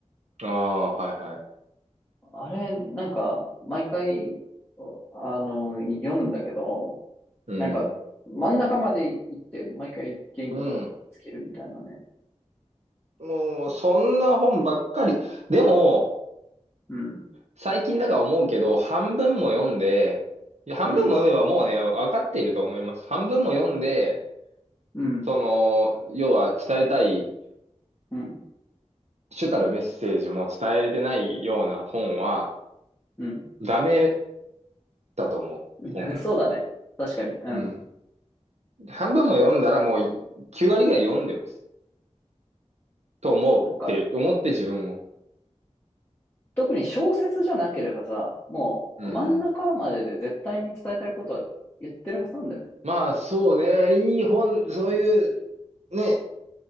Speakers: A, on the right; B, on the left.
A: ああ、はいはい。
B: あれ、なんか、毎回、あの、読むんだけど、
A: うん。
B: なんか、真ん中まで行って、毎回元気がつけるみたいなね。
A: うん。もう、そんな本ばっかり。でも、
B: うん。
A: 最近だから思うけど、半分も読んで、
B: うん。
A: いや半分も読めばもうね、
B: うん。
A: 分かっていると思います。半分も読んで、
B: うん。
A: その、要は伝えたい、
B: うん。
A: 主たるメッセージも伝えれてないような本は、
B: うん
A: ダメだと思う。
B: <laughs>
A: 本の方が。
B: そうだね。確かに。うん。
A: うん。半分も読んだらもう、9割ぐらい読んでます。と思うって思って自分を。
B: なんか、特に小説じゃなければさ、もう、
A: うんうん。
B: 真ん中までで絶対に伝えたいことは言ってるはずなんだよね。
A: まあ、そうね。いい本、そういう、ね、